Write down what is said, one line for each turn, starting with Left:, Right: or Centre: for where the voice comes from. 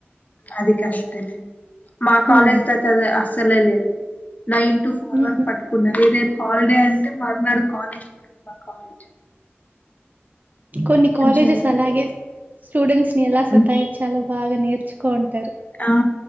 Left: అది కరెక్టేనండి మా
Right: హ్మ్.
Left: కాలేజీతో అయితే అది అస్సలే లేదు నైన్ టు ఫోర్
Right: హ్మ్.
Left: వర్క్ పట్టుకున్నారు రేపు హాలిడే అంటే మర్నాడు కాలేజ్ డుమ్మా కాలేజ్
Right: కొన్ని కాలేజెస్
Left: ఏం చేయాలో
Right: అలాగే
Left: తె
Right: స్టూడెంట్స్ ని ఎలా సతాయించలో
Left: హ్మ్.
Right: బాగా నేర్చుకోంటారు
Left: ఆ